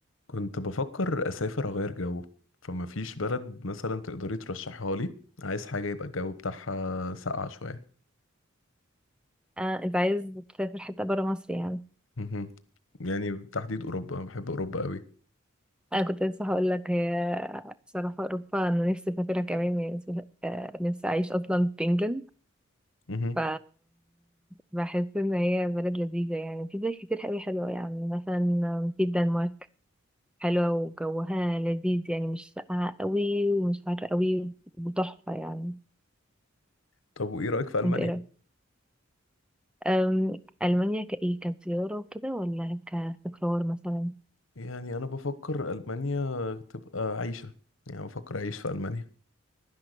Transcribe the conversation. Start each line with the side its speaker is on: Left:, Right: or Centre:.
Left: كنت بفكر أسافر أغير جو فما فيش بلد مثلا تقدري ترشحها لي عايز حاجة يبقى الجو بتاعها ساقعة شوية
Centre: آه، انت عايز تسافر حتة برا مصر يعني
Left: مهم. يعني بالتحديد أوروبا أنا بحب أوروبا قوي
Centre: انا كنت لسه هقول لك هي بصراحة اوروبا انا نفسي اسافرها كمان يعني نفسي آه، نفسي اعيش اصلا في انجلند
Left: مهم.
Centre: ف بحس ان هي بلد لذيذة يعني في بلاد كتير قوي حلوة يعني مثلا في الدنمارك حلوة وجوها لذيذ يعني مش ساقعة قوي ومش حر قوي وتحفة يعني
Left: طب وإيه رأيك في ألمانيا؟
Centre: انت ايه رأيك أم، المانيا كايه كزيارة وكده ولا كاستقرار مثلا
Left: يعني أنا بفكر ألمانيا تبقى عيشة يعني بفكر أعيش في ألمانيا